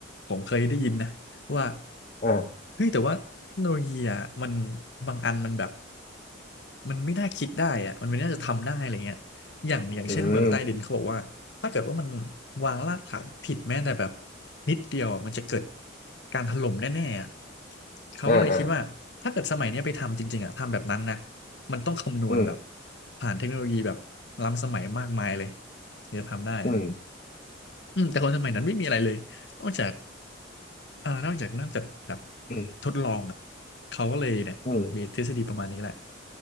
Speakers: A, on the left; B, on the left.
A: ผมเคยได้ยินนะว่า
B: อ่า
A: เฮ้ยแต่ว่าเทคโนโลยีอ่ะมันบางอันมันแบบมันไม่น่าคิดได้อ่ะมันไม่น่าจะทำได้อะไรเงี้ยอย่างอย่างเช่นเมืองใต้ดินเขาบอกว่าถ้าเกิดว่ามัน
B: อืม
A: วางรากฐานผิดแม้แต่แบบนิดเดียวอะมันจะเกิดการถล่มแน่ๆอะเขาก็เลยคิดว่าถ้าเกิดสมัยเนี้ยไปทำจริงๆอ่ะทำแบบนั้นนะ
B: อ่าอ่า
A: มันต้องคำนวณแบบ
B: อืม
A: ผ่านเทคโนโลยีแบบล้ำสมัยมากมายเลยถึงจะทำได้อะ
B: อืม
A: อืมแต่คนสมัยนั้นไม่มีอะไรเลยนอกจากอ่านอกจากนอกจากแบบ
B: อืม
A: ทดลองอ่ะเขาก็เลยเนี่ยมีทฤษฎีประมาณนี้แหละ
B: อืม